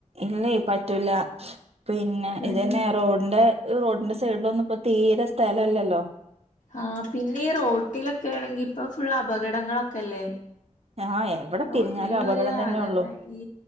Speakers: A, on the right (about 55°); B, on the left (about 85°).
A: ഇല്ലേയ് പറ്റൂല. പിന്നെ
B: അതന്നെ
A: ഇത് തന്നെ റോഡിന്റെ ഈ റോഡിന്റെ സൈഡിലൊന്നും ഇപ്പ തീരെ സ്ഥലം ഇല്ലല്ലോ?
B: ആ പിന്നെ ഈ റോട്ടിലൊക്കെ ആണെങ്കി ഇപ്പൊ ഫുൾ അപകടങ്ങളൊക്കെല്ലേ?
A: ആഹ് എവിടെ
B: റോട്ടില്ള്ള
A: തിരിഞ്ഞാലും അപകടം
B: ഒരു
A: തന്നെ
B: ആതന്നെ
A: ഉള്ളൂ
B: ഈ